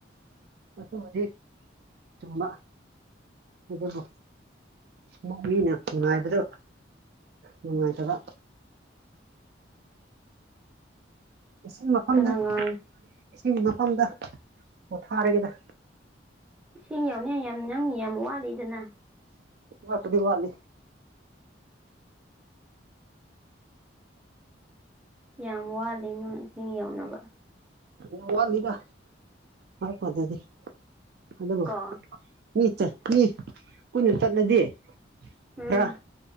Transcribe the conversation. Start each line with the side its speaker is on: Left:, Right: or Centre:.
Right: ꯑꯗꯨꯗꯤ ꯆꯨꯝꯕ ꯑꯗꯨꯕꯨ ꯃꯨꯛ ꯃꯤꯅ ꯉꯥꯏꯕꯗꯣ ꯅꯨꯡꯉꯥꯏꯇꯕ ꯏꯁꯤꯡ ꯃꯐꯝꯗ
Centre: ꯀꯅꯥ ꯉꯥꯏ
Right: ꯏꯁꯤꯡ ꯃꯐꯝꯗ ꯄꯣꯊꯔꯥꯒꯦꯗ
Centre: ꯏꯁꯤꯡ ꯌꯥꯎꯅꯤ ꯌꯥꯝ ꯅꯪ ꯌꯥꯝ ꯋꯥꯠꯂꯤꯗꯅ
Right: ꯋꯥꯠꯄꯗꯤ ꯋꯥꯠꯂꯤ
Centre: ꯌꯥꯝ ꯋꯥꯠꯂꯤ ꯅꯣ‌‌ꯢ ꯃꯤ ꯌꯧꯅꯕ
Right: ꯋꯥꯝ ꯋꯥꯠꯂꯤꯗ <unintelligible> ꯑꯗꯨꯕꯨ
Centre: ꯀꯣ
Right: ꯃꯤ ꯆꯠ ꯃꯤ ꯄꯨꯟꯅ ꯆꯠꯂꯗꯤ
Centre: ꯎꯝ
Right: ꯈꯔꯥ